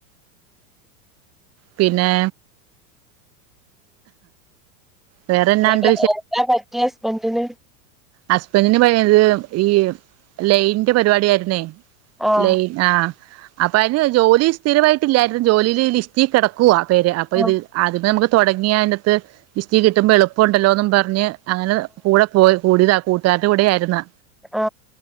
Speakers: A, on the right; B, in the centre.
A: പിന്നെ വേറെന്നാണ്ട്
B: എക്ക എന്താ പറ്റിയെ ഹസ്ബന്റിന്?
A: ഹസ്ബന്റിന് പണിയുന്നത് ഈ ലൈന്റെ പരിപാടി ആയിരുന്നേ.
B: ആഹ്
A: ലൈൻ ആഹ, അപ്പൊ അതിന് ജോലി സ്ഥിരമായിട്ടില്ലായിരുന്നു. ജോലിയില് ലിസ്റ്റിൽ കിടക്കുവവാ പേര് അപ്പൊ
B: ആഹ്
A: ഇത് ആദ്യമേ നമുക്ക് തുടങ്ങിയ അതിനകത്ത് ലിസ്റ്റി കിട്ടുമ്പോ എളുപ്പമുണ്ടല്ലോന്നും പറഞ്ഞ് അങ്ങനെ കൂടെ പോയി കൂടിതാ. കൂട്ടുകാരുടെ കൂടെ ആയിരുന്നേ
B: ഓ